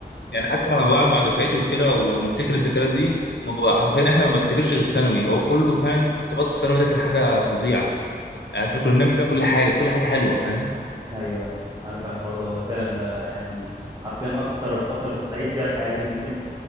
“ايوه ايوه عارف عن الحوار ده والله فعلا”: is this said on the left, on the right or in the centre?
Right